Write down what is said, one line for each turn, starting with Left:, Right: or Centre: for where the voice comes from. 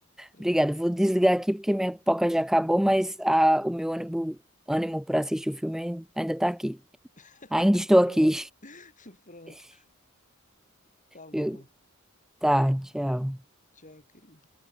Left: Pronto.
Centre: Obrigada. Vou desligar aqui porque minha pipoca já acabou, mas a, o meu ânimo, ânimo para assistir o filme ainda está aqui.
Left: <laughs>
Centre: Ainda estou
Left: Pronto.
Centre: aqui.
Left: <laughs> Pronto.
Centre: <laughs>
Left: Tá bom.
Centre: Eu- Tá, tchau.
Left: Tchau, querido.